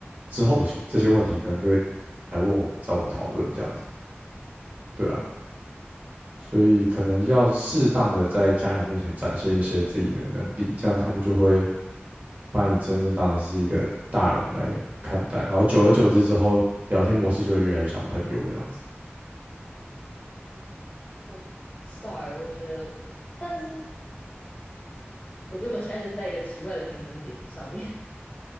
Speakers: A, on the right; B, on the left.
A: 之后有些这些问题可能就会来问我，找我讨论这样子，对啊，所以可能要适当的在家人面前展现一些自己的能力，这样他们就会把你真正当你是一个大人来看待，然后久而久之之后，聊天模式就会越来越像朋友这样子，
B: 我不知道哎、欸我觉得，但是我觉得我现在就是在一个奇怪的平衡点上面。